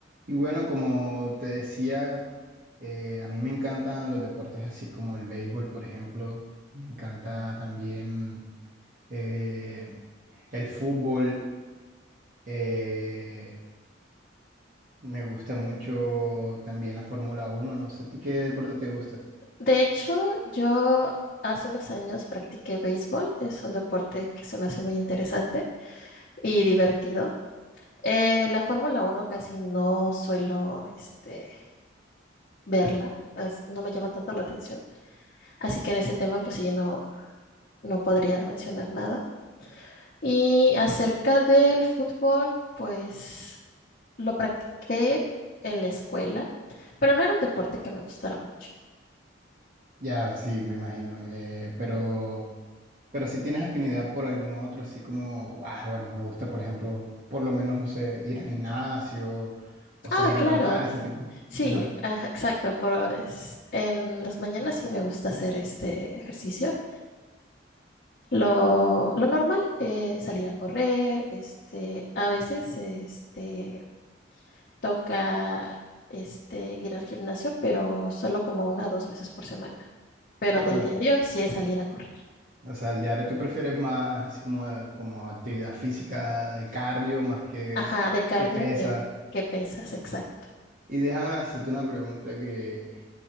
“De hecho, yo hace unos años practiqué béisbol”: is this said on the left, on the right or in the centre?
Left